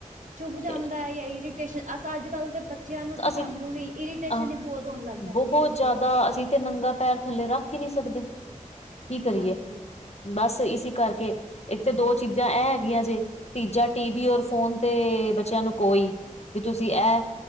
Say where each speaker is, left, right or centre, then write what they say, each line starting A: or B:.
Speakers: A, on the right; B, on the left.
A: ਚੁੱਭ ਜਾਂਦਾ
B: ਤੇ
A: ਜਾਂ ਇਰੀਟੇਸ਼ਨ ਅੱਜ ਕੱਲ ਦੇ ਬੱਚੇ। ਬੱਚਿਆਂ ਨੂੰ ਤੇ
B: ਅਸੀਂ
A: ਸਾਨੂੰ ਵੀ ਇਰੀਟੇਸ਼ਨ
B: ਆਹ
A: ਹੀ ਬਹੁਤ ਹੋਣ ਲੱਗ ਜਾਂਦੀ
B: ਬਹੁਤ
A: ਹਰ ਚੀਜ਼
B: ਜ਼ਿਆਦਾ
A: ਤੋਂ।
B: ਅਸੀਂ ਤੇ ਨੰਗਾ ਪੈਰ ਥੱਲੇ ਰੱਖ ਹੀ ਨਹੀ ਸਕਦੇ ਕੀ ਕਰੀਏ?
A: ਹਾਂਜੀ।
B: ਬਸ ਇਸ ਕਰਕੇ ਇੱਕ ਤਾਂ ਦੋ ਚੀਜ਼ਾਂ ਐ ਹੈਗੀਆਂ ਜੇ ਤੀਜਾ ਟੀ ਵੀ ਔਰ ਫੋਨ। ਤੇ ਬੱਚਿਆਂ ਨੂੰ ਕੋਈ ਵੀ ਤੁਸੀਂ ਇਹ।